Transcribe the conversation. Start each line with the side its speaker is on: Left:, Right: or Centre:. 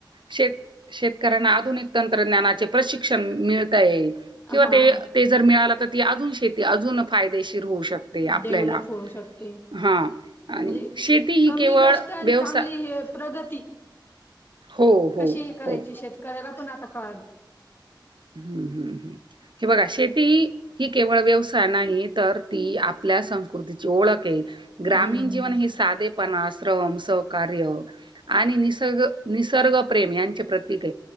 Right: शेत शेतकऱ्यांना आधुनिक परीानामाचे प्रशिक्षण मिळत आहे किंवा
Left: हा
Right: ते जर मिळाल ती आजून शेती अजून फायदेशी र होऊ शकते आपल्याला
Left: डेव्हलप होऊ शकते
Right: हा
Left: म्हणजे
Right: आणि शेती ही
Left: कमी
Right: केवळ
Left: कष्ट आणि
Right: व्यवसाय
Left: चांगली हे प्रगती
Right: हो हो
Left: कशी हे करायची
Right: हो.
Left: शेतकऱ्याला पण आता कळालं
Right: हम्म हम्म हम्म हे बघा शेती हि केवळ व्यवसाय नाही तर ती आपल्या संस्कृतीची ओळख आहे ग्रामीण
Left: हम्म
Right: जीवन हे साधेपणा अस श्रम सहकार्य आणि निसग निसर्ग प्रेम यांचे प्रतीक